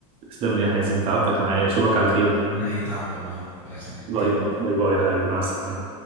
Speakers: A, on the right; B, on the left.
A: تسلم لي يا حازم تعبتك معايا
B: حبيبي
A: اشوفك على خير
B: ولا اي تعب والله ربنا يخليك
A: باي باي باي باي يا حبيبي مع السلامه